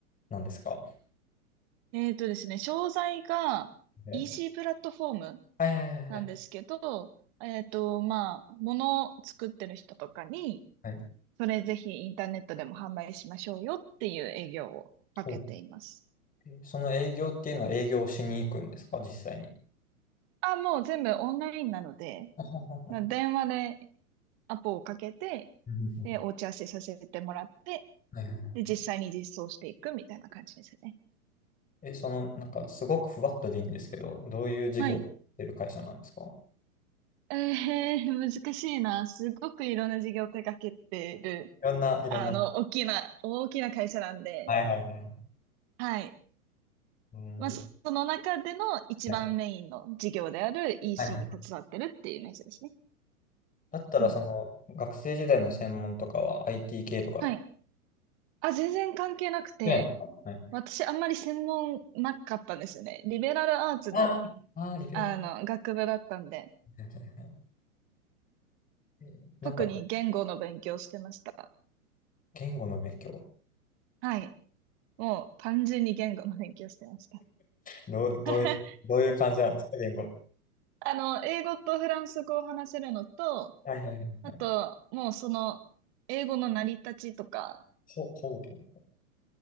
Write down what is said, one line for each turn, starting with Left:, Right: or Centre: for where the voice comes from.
Left: なんですか
Right: えっとですね、商材が
Left: ね
Right: EC プラットフォーム
Left: はいはいはいはい。
Right: なんですけど、えっと、まあ、物を作ってる人とかに、
Left: はい
Right: それぜひインターネットでも販売しましょうよっていう営業をかけています。
Left: おえその営業っていうのは営業しに行くんですか実際に。
Right: あ、もう全部オンラインなので、
Left: あははは
Right: まあ電話でアポをかけて、
Left: うん
Right: で、お打ち合わせさせてもらって、
Left: <laughs> はいはいはい
Right: で、実際に実装していくみたいな感じですね。
Left: え、その、なんかすごくふわっとでいいんですけど、どういう事業をやってる会社なんですか
Right: はい。えー、難しいな。すごくいろんな事業を手掛けてる、
Left: いろんな、いろんな。
Right: あの、大きな、大きな会社なんで、
Left: はいはいはい
Right: はい。
Left: うん。
Right: まあ、そその中での一番メインの事業である
Left: はい
Right: EC
Left: はいはい
Right: に携わってるっていうイメージですね。
Left: だったら、
Right: うん。
Left: その、学生時代の専門とかは IT 系とかだった。
Right: はい。あ、全然関係なくて、
Left: はいはい。
Right: 私あんまり専門なかったんですよね。リベラルアーツの、
Left: ああー、リベラル。
Right: あの、
Left: は
Right: 学部だったんで、
Left: いはいはいえーなんか、
Right: 特に言語の勉強をしてました。
Left: 言語の勉強。
Right: はい。もう単純に言語の勉強をしてました。
Left: どう、どういう、
Right: <laughs>
Left: どういう感じなんですか、言語。
Right: あの、英語とフランス語を話せるのと、
Left: はいはいはい。
Right: あと、もうその、英語の成り立ちとか、
Left: ほ、ほうほう。